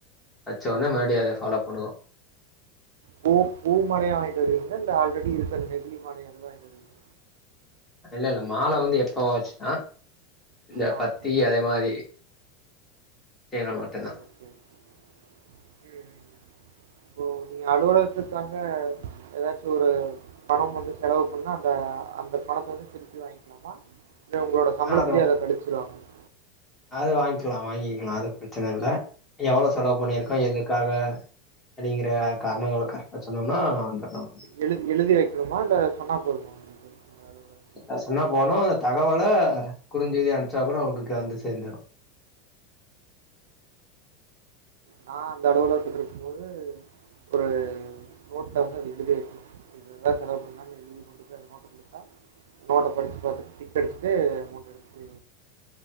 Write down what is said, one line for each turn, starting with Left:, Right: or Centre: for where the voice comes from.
Left: வச்சோன்னே மறுபடியு
Right: ஓ
Left: அத ஃபாலோ பண்ணனு
Right: பூ பூ மாலையா வாங்கிட்டு வருவீங்கால்ல இல்ல ஆல்ரெடி இருக்கு அ நெகுலி மால அந்த மாரி வாங்கிட்டு வருவீங்களா
Left: இல்லல்ல மால வந்து எப்பவாச்சுதா இந்த
Right: ஆ
Left: பத்தி
Right: ஓகே
Left: அதே மாரி செயுங்கள் மட்டு்தா
Right: ம் ம் இப்போ நீங்க அலுவலகத்துக்காக எதாச்சு ஒரு பணோ வந்து செலவு பண்ணா அந்த அந்த பணத்த வந்து திருப்பி வாங்கிக்கலாமா இல்ல உங்களோட சம்பளத்தலயே
Left: ஆ அதோ
Right: அத கழிச்சுருவாங்களா
Left: அது வாங்கிலா வாங்கிக்கிலா அது பிரச்சன இல்ல எவ்ளோவு செலவு பண்ணிருக்கோ
Right: ஓ
Left: எதுக்காக அப்படிங்கிற காரணங்கள
Right: ஓ
Left: கரெக்டா சொன்னோம்னா வந்துரு அப்டி
Right: எழு எழுதி வைக்கணுமா இல்ல சொன்னா போதுமா? உங்களுக்கு உங்க அலுவலகத்துல?
Left: அத சொன்னா போது தகவல குறுஞ்செய்தியா அனுப்பிச்சா கூட உங்களுக்கு வந்து சேந்துரு
Right: நா அந்தளவுல எடுத்துட்டுருக்கும் போது ஒரு நோட்ல வந்து அத எழுதி வைக்கணு இதுதா செலவு பண்ணன்னு எழுதி எடுத்துணு போய் அந்த நோட்ட குடுத்தா நோட்ட படிச்சு பாத்து டிக் அடிச்சுட்டு அமௌண்ட் எடுத்துட்டு